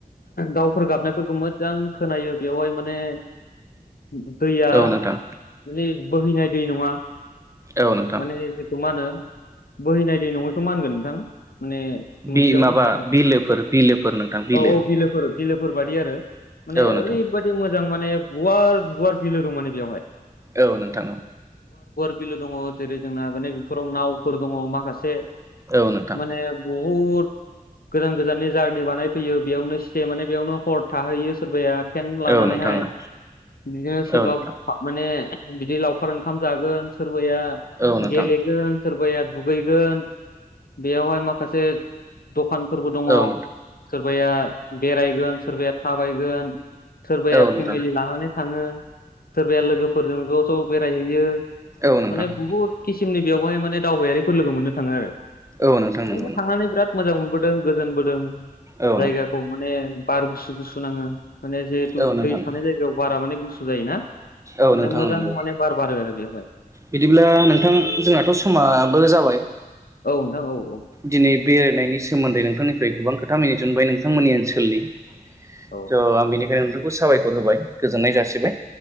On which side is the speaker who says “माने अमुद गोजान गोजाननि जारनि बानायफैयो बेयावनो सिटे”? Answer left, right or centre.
Left